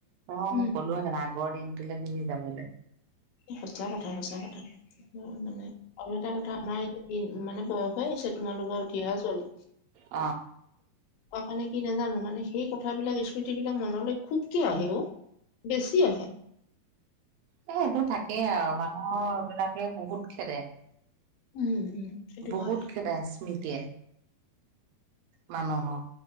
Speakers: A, on the right; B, on the left.
A: অ'!
B: উম
A: ক'লো হেতেন বৰ দিনটোলে বুলি যাবলৈ।
B: সঁচা কথা, সচাঁ কথা। মানে আৰু এটা কথা আমাৰ দিন মানে বয়স হৈ আহিছে। তোমালোকে উঠি অহা ছোৱালী।
A: আ
B: কোৱা কাৰণে কি নাজানো মানে সেই কথাবিলাক স্মৃতি বিলাক মনলৈ খুবকে আহে অ' বেছি আহে।
A: এ সেইবোৰ থাকেই আৰু মানুহৰ বিলাকে বহুত খেদে।
B: উম' উম সেইটো
A: বহুত
B: হয়
A: খেদায় স্মৃত <unintelligible> মানুহক